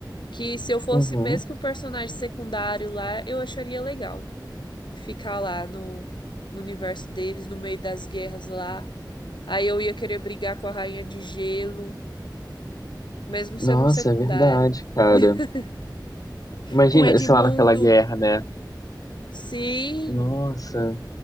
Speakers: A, on the left (about 80°); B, on the left (about 50°).
A: que se eu fosse
B: Uhum.
A: mesmo que um personagem secundário lá, eu acharia legal ficar lá no, no universo deles, no meio das guerras lá. Aí eu ia querer brigar com a Rainha de Gelo, mesmo sendo
B: Nossa,
A: um secundário.
B: é verdade, cara.
A: <laughs>
B: Imagina,
A: Com Edmundo.
B: sei lá, naquela guerra, né?
A: Sim,
B: Nossa,